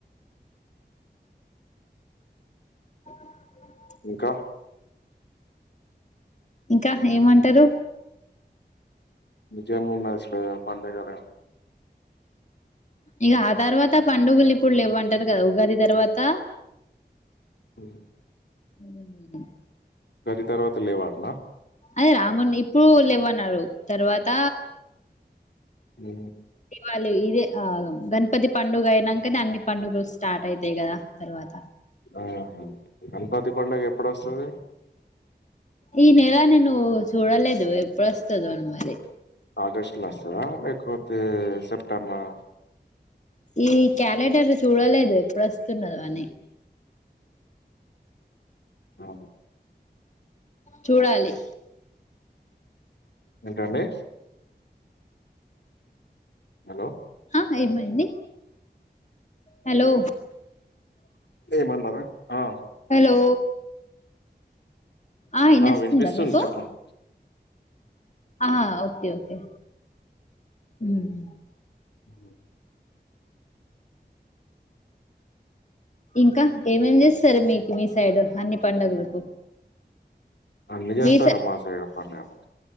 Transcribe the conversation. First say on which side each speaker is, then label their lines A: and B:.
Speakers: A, on the left; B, on the left.
A: హహ
B: ఇంకా
A: ఇంకా ఏమంటరు
B: ఇంకే మూడుచ్చ పండగాలు
A: ఇగ ఆ తర్వాత పండుగలు ఇప్పుడు ఇవ్వంటారు కదా ఉగాది తర్వాత
B: హుమ్మ్
A: హమ్
B: ఉగాది తర్వాత లేవాట్నా
A: అదే రామున్ ఇప్పుడు లేవు అన్నాడు తర్వాత
B: ఉ
A: వాళ్లు ఇదే ఆగం గణపతి పండుగ అయినంకనే అన్ని పండుగలు స్టార్ట్ అయితాయి కదా తర్వాత
B: ఆహ గణపతి పండుగ ఎప్పుడు వస్తది
A: ఈ నెల నేను చూడలేదు ఎప్పుడు వస్తదో అని మరి
B: ఆగస్ట్ లా వస్తదా లేకపోతే సెప్టెంబర్ ఆ
A: ఈ క్యాలెండర్ చూడలేదు ఎప్పుడు అస్ తున్నదో అని
B: ఆమ
A: చూడాలి
B: ఏంటండి హలో
A: ఆ ఏమండి హలో
B: ఏమన్నారు ఆ
A: హలో ఆ ఇనవస్తుందా
B: వినిపిస్తుంది
A: మీకు
B: చెప్పండి
A: ఆ ఓకే ఓకే హుమ్మ్
B: అ
A: ఇంకా ఏం ఏం చేస్తారు మీకు మీస్ సైడ్ అన్ని పండుగలకు
B: అన్ని చేస్తారు
A: మీ
B: మా సైడు పండుగలు